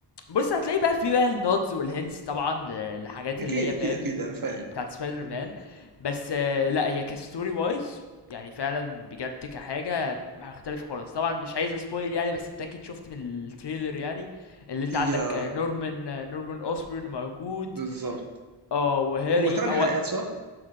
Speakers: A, on the left; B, on the right.
A: بص هتلاقي بقى في بقى النودز والهنس طبعا ل- لحاجات
B: أكيد
A: اللي هي
B: أكيد
A: فاهم
B: أكيد أنا فاهم
A: بتاعت سبايدر
B: مم.
A: مان بس آه، لا هي كستوري وايز يعني فعلا بجد كحاجة مختلفة خالص طبعا مش عايز اسبويل يعني بس انت اكيد شفت من التريلر يعني اللي انت
B: يا
A: عندك آه، نورمان آه، نورمان اوسبورن موجود
B: بالظبط
A: اه وهاري
B: هو ثمان
A: هو
B: حلقات صح؟